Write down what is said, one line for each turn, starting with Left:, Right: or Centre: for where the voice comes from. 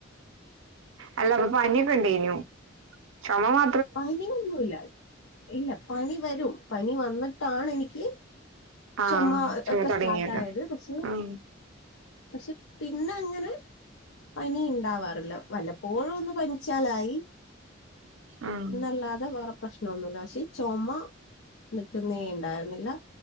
Right: അല്ല അപ്പൊ പനിക്കെ ഉണ്ടനു ചൊമ മാ
Left: പനിയൊന്നുല്ല ഇല്ല പനി വരും പനി വന്നിട്ടാണ് എനിക്ക്
Right: ആഹ്
Left: ചൊമ
Right: ചുമ
Left: ഒക്കെ
Right: തുടങ്ങിയതാ
Left: സ്റ്റാർട്ടായത് പക്ഷെ
Right: ആഹ്
Left: പക്ഷെ പിന്നെ അങ്ങനെ പനി ഇണ്ടാവാറില്ല വല്ലപ്പോഴോന്ന് പനിച്ചാലായി
Right: ആഹ്
Left: ല്ലാതെ വേറെ പ്രശ്നമൊന്നുല്ല പക്ഷേ ചുമ നിക്കുന്നേ ഉണ്ടായിരുന്നില്ല.